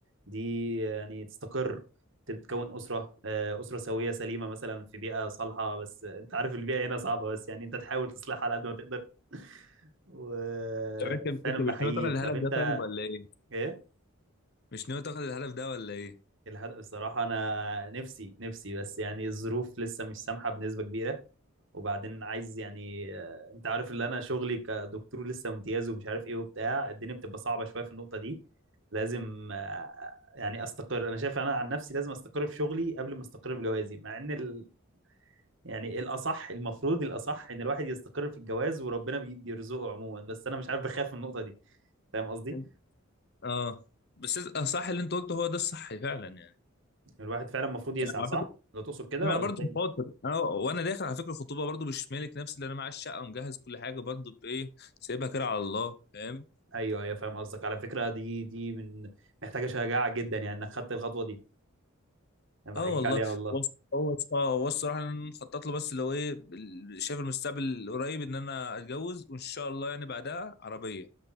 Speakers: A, on the right (about 60°); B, on the left (about 50°).
A: دي يعني تستقر تتكون أسرة آه أسرة سوية سليمة مثلا في بيئة صالحة بس أنت عارف البيئة هنا صعبة بس يعني أنت تحاول تصلحها على قد ما تقدر <laughs> وفعلا
B: طب انت انت مش
A: بحييك
B: ناوي تاخد الهدف
A: طب أنت
B: ده طيب ولا ايه؟
A: إيه؟
B: مش ناوي تاخد الهدف ده ولا ايه؟
A: الهدف الصراحة أنا نفسي نفسي بس يعني الظروف لسه مش سامحة بنسبة كبيرة وبعدين عايز يعني آه، انت عارف اللي انا شغلي كدكتور لسه امتياز ومش عارف ايه وبتاع الدنيا بتبقى صعبة شوية في النقطة دي لازم آه، يعني استقر انا شايف انا عن نفسي لازم استقر في شغلي قبل ما استقر في جوازي مع ان ال... يعني الاصح المفروض الاصح ان الواحد يستقر في الجواز وربنا بي... بيرزقه عموما بس انا مش عارف بخاف من النقطة دي فاهم قصدي
B: انت اه بس إز- آه، صح اللي انت قلته هو ده الصح فعلا يعني
A: الواحد فعلا المفروض يسعى
B: على
A: صح
B: فكره
A: لو تقصد كده
B: انا
A: ولا
B: برضو
A: التاني
B: خاطر انا وانا داخل على فكره الخطوبه برضو مش مالك نفسي اللي انا معايا الشقه ومجهز كل حاجه برضو بايه سايبها كده على الله فاهم
A: ايوه ايوه فاهم قصدك على فكرة دي دي من محتاجة شجاعة جدا يعني انك خدت الخطوة دي انا بحييك
B: اه والله
A: عليها والله
B: هو هو هو الصراحه انا مخطط له بس اللي هو ايه ال- شايف المستقبل القريب ان انا اتجوز وان شاء الله يعني بعدها عربيه